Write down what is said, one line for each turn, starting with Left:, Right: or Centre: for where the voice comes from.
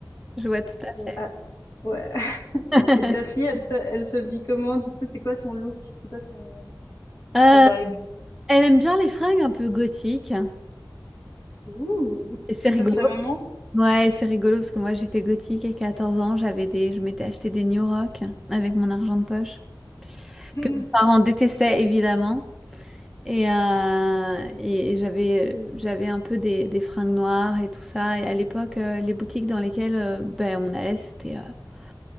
Centre: je vois tout à fait.
Left: Euh, ah, ouais. <laughs>
Centre: <laughs>
Left: Et ta fille, elle, se- elle se vit comment? Du coup, c'est quoi son look? C'est quoi son
Centre: Euh,
Left: sa vibe?
Centre: elle aime bien les fringues un peu gothiques.
Left: Ouh.
Centre: Et c'est rigolo.
Left: Comme sa maman?
Centre: Ouais, c'est rigolo parce que moi j'étais gothique et 14 ans, j'avais des je m'étais acheté des New Rock avec mon argent de poche
Left: <laughs>
Centre: que mes parents détestaient évidemment et, euh, et et j'avais j'avais un peu des, des fringues noires et tout ça et à l'époque euh, les boutiques dans lesquelles euh, ben on allait c'était euh, bah,